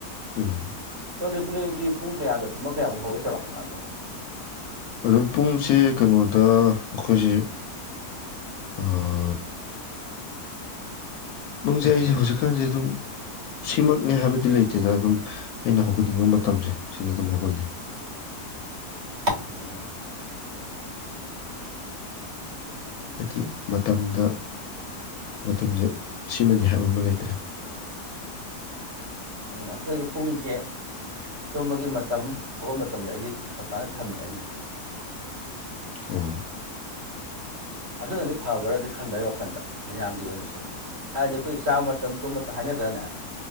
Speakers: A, on the left (about 75°); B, on the right (about 45°).
A: ꯎꯝ
B: ꯁꯣꯝꯗꯤ ꯄꯨꯅꯦꯗꯤ ꯄꯨꯡ ꯀꯌꯥꯗ ꯇꯨꯝꯃ ꯀꯌꯥꯐꯥꯎꯗ ꯍꯧꯒꯦ ꯆꯧꯔꯥꯛꯅ ꯑꯗꯣ
A: ꯑꯗꯨꯝ ꯄꯨꯡꯁꯤ ꯀꯩꯅꯣꯗ ꯑꯩꯈꯣꯏꯁꯤ ꯑꯥ ꯄꯨꯡꯁꯦ ꯑꯩꯁꯦ ꯍꯧꯖꯤꯛꯀꯥꯟꯁꯦ ꯑꯗꯨꯝ ꯁꯤꯃꯛꯅꯦ ꯍꯥꯏꯕꯗꯤ ꯂꯩꯇꯦꯗ ꯑꯗꯨꯝ ꯑꯩꯅ ꯍꯧꯒꯠꯅꯤꯡꯕ ꯃꯇꯝꯁꯦ ꯁꯤꯗ ꯑꯗꯨꯝ ꯍꯧꯒꯠꯂꯦ
B: <unintelligible>
A: ꯑꯥꯏꯗꯤ ꯃꯇꯝꯗ ꯃꯇꯝꯖꯦ ꯁꯤꯃꯗꯤ ꯍꯥꯏꯕ ꯑꯃ ꯂꯩꯇ꯭ꯔꯦ
B: ꯑꯗ ꯑꯩꯈꯣꯏꯗꯤ ꯄꯨꯡꯖꯦ ꯇꯨꯝꯕꯒꯤ ꯃꯇꯝ ꯍꯧꯒꯠ ꯃꯇꯝꯖꯦ ꯑꯩꯗꯤ ꯆꯞ ꯆꯥꯅ ꯊꯝꯃꯦ ꯑꯩꯒꯤꯗꯤ
A: ꯑꯣ
B: ꯑꯗꯨꯅꯗꯤ ꯐꯕ꯭ꯔꯗꯤ ꯈꯟꯕ ꯑꯩ ꯋꯥꯈꯟꯗ ꯃꯌꯥꯝꯒꯤ ꯑꯣꯏꯅ ꯁꯨꯝ ꯍꯥꯏꯗꯤ ꯑꯈꯣꯏ ꯆꯥꯕ ꯃꯇꯝ ꯇꯨ ꯃꯇꯝ ꯍꯥꯏꯅꯗ꯭ꯔꯅꯦ